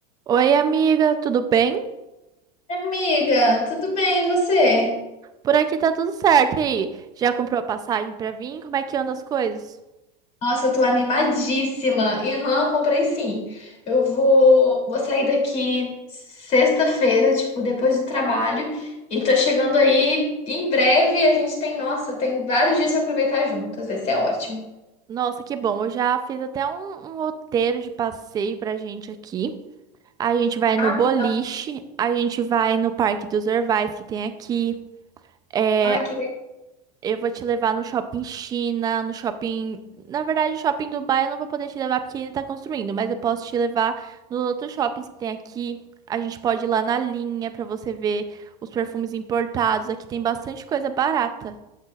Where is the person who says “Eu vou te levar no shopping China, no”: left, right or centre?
Right